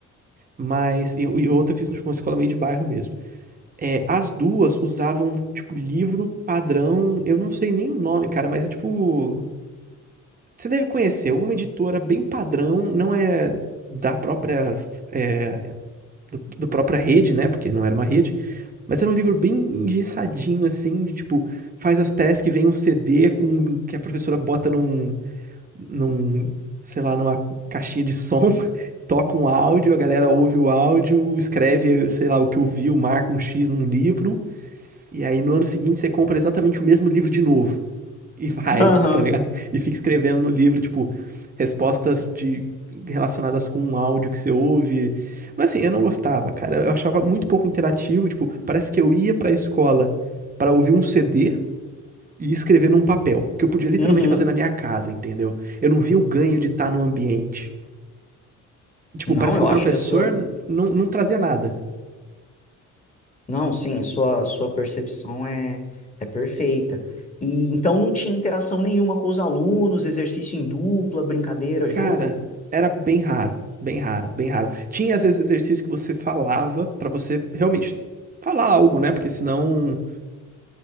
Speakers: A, on the right; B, on the left.
A: Mas, e, e outra eu fiz tipo, uma escola meio de bairro mesmo. É, as duas usavam, tipo, livro padrão, eu não sei nem o nome, cara, mas é tipo. Você deve conhecer, alguma editora bem padrão, não é da própria. É, do, do própria rede, né? Porque não era uma rede. Mas era um livro bem engessadinho, assim, de tipo, faz as tasks, vem um CD com que a professora bota num. num, sei lá, numa caixinha de som. <laughs> Toca um áudio, a galera ouve o áudio, escreve, sei lá, o que ouviu, marca um X num livro e aí no ano seguinte você compra exatamente o mesmo livro de novo. E vai,
B: Aham.
A: <laughs> tá ligado? E fica escrevendo no livro, tipo, respostas de relacionadas com um áudio que você ouve. Mas assim, eu não gostava, cara. Eu achava muito pouco interativo, tipo, parece que eu ia pra escola pra ouvir um CD e escrever num papel, que eu podia literalmente
B: Uhum.
A: fazer na minha casa, entendeu? Eu não via o ganho de estar no ambiente. Tipo,
B: Não,
A: parece
B: eu
A: que o professor
B: acho que a sua.
A: não, não trazia nada.
B: Não, sim, sua, sua percepção é, é perfeita. E então não tinha interação nenhuma com os alunos, exercício em dupla, brincadeira, jogo.
A: Cara, era bem raro, bem raro, bem raro. Tinha às vezes exercício que você falava pra você realmente falar algo, né? Porque senão